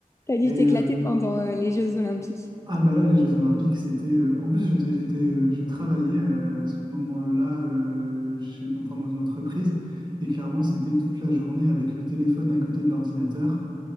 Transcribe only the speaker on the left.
T'as dû
t'éclater
pendant euh, les Jeux Olympiques.